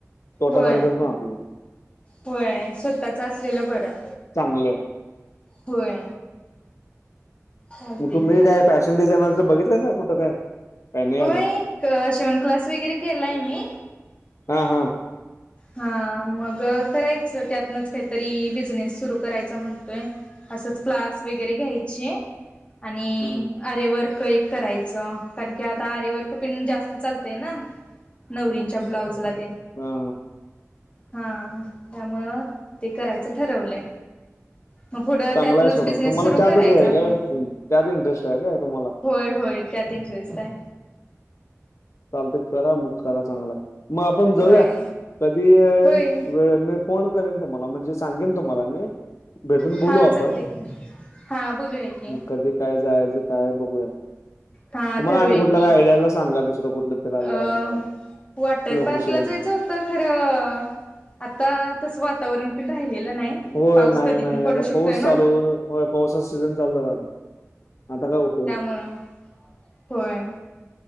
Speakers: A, on the left; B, on the left.
A: तोटा
B: होय
A: झाला तर पण आपलं
B: होय स्वतःच असलेलं बरं
A: चांगलं आहे
B: होय चालतंय
A: म तुम्ही
B: की
A: काय फॅशन डिझाइनरच बघितल का कुठं काय काय नाही
B: होय
A: अजून
B: शिवण क्लास वगैरे केलाय मी
A: हा हा
B: हा मग करायचं त्यातनच काहीतरी बिझनेस सुरू करायचा म्हणतोय असच क्लास वगैरे घ्यायचे आणि
A: हम्म
B: अरे वर्क एक करायचं कारण की आता आरेवर्क पिण जास्त चालतय ना नवरींच्या ब्लाऊजला ते
A: हा
B: हा त्यामुळं ते करायचं ठरवलंय मग पुढं
A: चांगला
B: त्यातनच
A: आहे सोडा
B: बिझनेस
A: तुम्हाला
B: सुरू
A: त्यातच
B: करायचा
A: हे काय
B: होय
A: त्यात इंटरेस्ट आहे काय तुम्हाला
B: होय होय त्यात इंटरेस्ट आहे
A: चालतंय करा मग करा चांगलाय मग आपण जाऊया
B: होय
A: कधी
B: होय
A: वेळ मी फोन करेन तुम्हाला म्हणजे सांगेन तुम्हाला मी भेटून बोलू
B: हा
A: आपण
B: चालते की हा बोलूया की
A: मग कधी काय जायचं काय बघूया
B: हा
A: तुम्हाला
B: ठरूया
A: आणि कुठल्या
B: की
A: काय आयडियाला सांगा दुसरं कुठलं फिरायला
B: अ
A: जायचं काय
B: वॉटर
A: लोकेशन
B: पार्कला जायचं होतं खरं आता तस वातावरण पण राहिलेलं नाही
A: होय
B: पाऊस
A: नाही
B: कधी
A: नाही
B: पण पडू
A: आता
B: शकतोय
A: पाऊस
B: ना
A: चालू होय पावसाचा सीझन चाल झाला आता आता काय उपयग नाही
B: हो होय